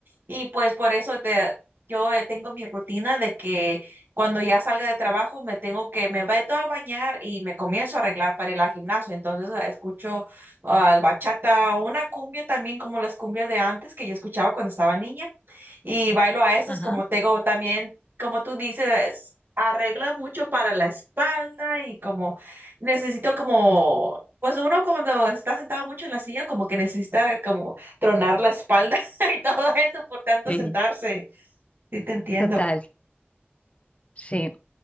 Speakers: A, on the right (about 60°); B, on the left (about 30°).
A: y pues por eso te, yo eh, tengo mi rutina de que cuando ya salga de trabajo me tengo que, me meto a bañar y me comienzo a arreglar para ir al gimnasio. Entonces eh, escucho ah, bachata, una cumbia también como las cumbias de antes que yo escuchaba cuando estaba niña y bailo a esas,
B: Ajá.
A: como tengo también, como tú dices, arregla mucho para la espalda y como necesito como, pues uno cuando está sentado mucho en la silla, como que necesita como tronar la espalda <laughs> y todo eso por tanto
B: Sí.
A: sentarse. Sí, te entiendo.
B: Total. Sí.